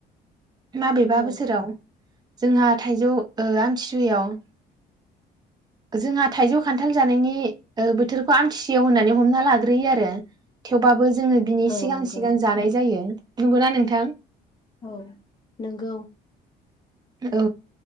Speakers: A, on the right; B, on the left.
A: माबेबा
B: औ
A: बोसोराव जोंहा थाइजौ ओ आमथिसुवायाव जोंहा थाइजौ खान्थाल जानायनि ओ बोथोरखौ आमथिसुयाव होननानै हमना लाग्रोयो आरो थेवबाबो जोङो बिनि
B: औ
A: सिगां
B: नंगौ
A: सिगां जानाय जायो। नंगौना नोंथां?
B: औ नोंगौ।
A: औ